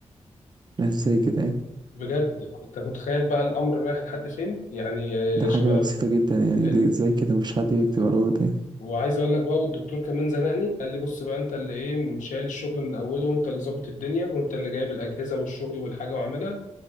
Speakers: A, on the right; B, on the left.
A: ازاي كده يعني
B: بجد أنت متخيل بقى الأمر رايح لحد فين يعني يا
A: ده
B: شباب
A: حاجة بسيطة جدا يعني
B: أنت
A: ليه ازاي كده مفيش حد بيكتب على الورد يعني
B: وعايز اقول لك بقى والدكتور كمان زنقني قال لي بص بقى انت اللي ايه شايل الشغل من اوله وانت اللي ظابط الدنيا وانت اللي جايب الاجهزه والشغل والحاجه وعاملها